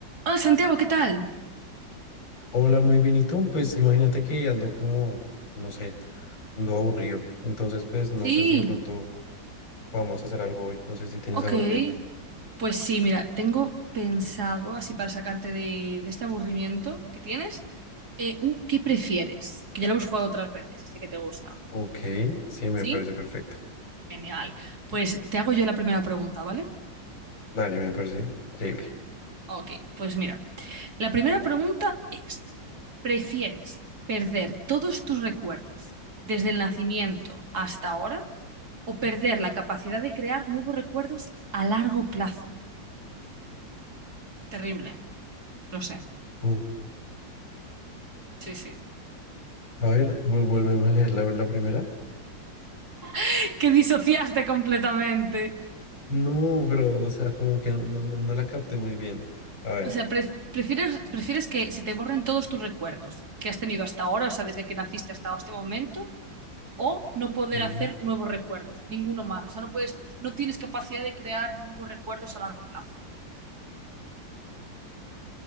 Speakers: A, on the right; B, on the left.
A: Hola Santiago, ¿qué tal?
B: Hola, muy bien, ¿y tú? Pues imagínate que ando como, no sé, ando aburrido. Entonces, pues no
A: Sí,
B: sé si de pronto vamos a hacer algo hoy. No sé si tienes
A: ok.
B: algo en mente.
A: Pues sí, mira, tengo pensado, así para sacarte de, de este aburrimiento que tienes, eh, un ¿qué prefieres? Que ya lo hemos jugado otras veces y sé que te gusta.
B: Ok, sí, me
A: ¿Sí?
B: parece perfecto.
A: Genial. Pues te hago yo la primera pregunta, ¿vale?
B: Dale, me parece increíble.
A: Ok, pues mira, la primera pregunta es, ¿prefieres perder todos tus recuerdos desde el nacimiento hasta ahora o perder la capacidad de crear nuevos recuerdos a largo plazo? Terrible, lo sé.
B: Uh,
A: Sí, sí.
B: a ver, vuel- vuélveme a leer la, la primera.
A: <laughs> Que disociaste completamente.
B: No, pero, o sea, como que no, no, no no la capté muy bien. A ver,
A: O sea, pre- prefieres, prefieres que se te borren todos tus recuerdos que has tenido hasta ahora, o sea, desde que naciste hasta este momento, o no poder
B: sí.
A: hacer nuevos recuerdos, ninguno más. O sea, no puedes, no tienes capacidad de crear nuevos recuerdos a largo plazo.